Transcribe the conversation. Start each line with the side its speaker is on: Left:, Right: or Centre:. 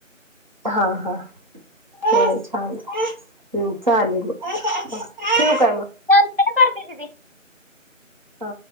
Right: हा हा. हो छान हम्म चालेल मग ठेवू काय मग.
Left: नंतर काय करते दिदी.
Right: हा.